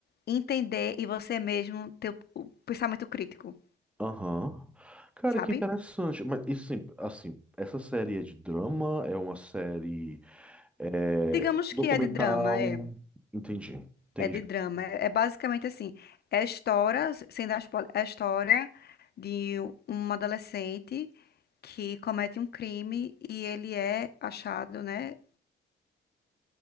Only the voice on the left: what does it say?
entender e você mesmo ter o o pensamento crítico,
sabe?
Digamos
que é de drama, é.
É de drama. É, é basicamente assim. É a história, sem dar spoiler, é a história de um adolescente que comete um crime e ele é achado, né?